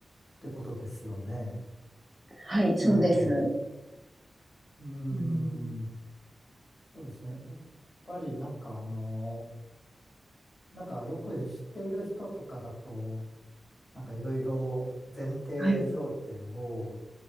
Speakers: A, on the left (about 25°); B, on the right (about 20°).
A: ってことですよね。
B: はい、
A: ええ、
B: そうです。
A: うーん、
B: うん、
A: そうですね。やっぱりなんかあの、なんかよく知っている人とかだと、なんかいろいろ前提条件を
B: はい、